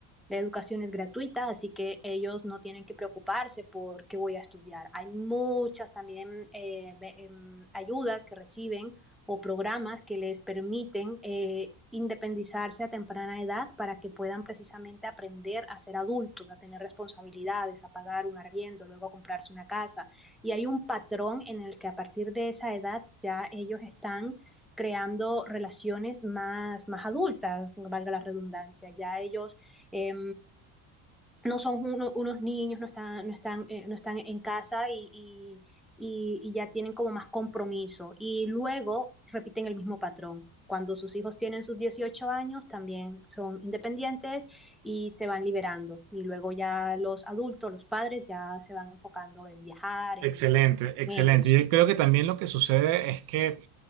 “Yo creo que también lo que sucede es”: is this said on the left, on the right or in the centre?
Right